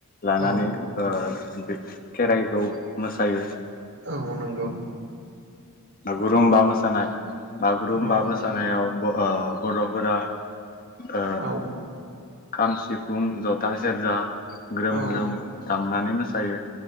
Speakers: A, on the left (about 40°); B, on the right (about 65°).
A: लानानै
B: औ
A: ओ बे खेराइखौ मोसायो।
B: औ नंगौ
A: गुरुम्बा मोसानाय बागुरुम्बा
B: औ
A: मोसानायावबो ओ बर'फोरा ओ
B: औ
A: खाम सिफुं ज'था सेरजा ग्रोम
B: औ
A: ग्रोम दामनानै मोसायो